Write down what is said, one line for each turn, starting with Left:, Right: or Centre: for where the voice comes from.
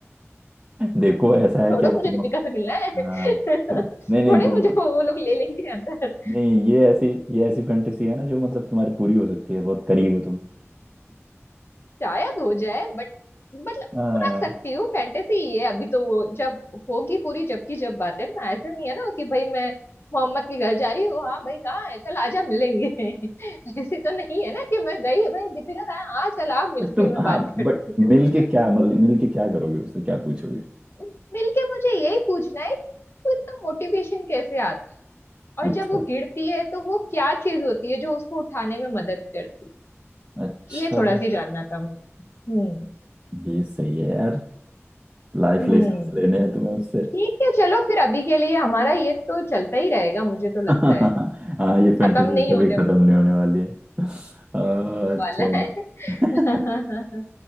Right: देखो ऐसा है
Left: छोड़ो
Right: कि अब
Left: मुझे
Right: तुम
Left: दीपिका से मिलना
Right: हाँ
Left: है <laughs> थोड़ी
Right: तुम नहीं नहीं तुम
Left: मुझे वो लोग ले लेंगे अंदर
Right: नहीं ये ऐसी ये ऐसी फैंटेसी है ना जो मतलब तुम्हारी पूरी हो सकती है बहुत करीब हो तुम
Left: शायद हो जाए बट मतलब
Right: हाँ
Left: रख सकती हूँ फैंटेसी ही है अभी तो वो जब होगी पूरी जबकि जब बात है ना ऐसा नहीं है ना कि भाई मैं मोहम्मद के घर जा रही हूँ हाँ भाई कहाँ है चल आजा मिलेंगे <laughs> ऐसे तो नहीं है ना कि मैं गई भाई दीपिका कहाँ है? हाँ चल आ मिलती
Right: बट तुम
Left: हूँ मैं
Right: हाँ
Left: बात करती
Right: बट मिल
Left: हूँ
Right: के क्या मतलब मिल के क्या करोगे उससे क्या पूछोगे
Left: <laughs> मिलके मुझे यही पूछना है तो इतना मोटिवेशन कैसे आता और
Right: अच्छा
Left: जब वो गिरती है तो वो क्या चीज होती है जो उसको उठाने में मदद करती
Right: अच्छा
Left: है ये थोड़ा
Right: जी
Left: सी जानना था मुझे हम्म
Right: ये सही है यार लाइफ
Left: हम्म
Right: लेसन लेने हैं तुम्हें उससे
Left: ठीक है चलो फिर अभी के लिए हमारा ये तो चलता ही रहेगा मुझे तो
Right: <laughs>
Left: लगता है
Right: हाँ
Left: <laughs>
Right: ये फैंटेसीज
Left: खत्म नहीं
Right: कभी
Left: होने
Right: खत्म नहीं होने वाली है अ,
Left: वाला
Right: चलो
Left: है
Right: <laughs>
Left: <laughs>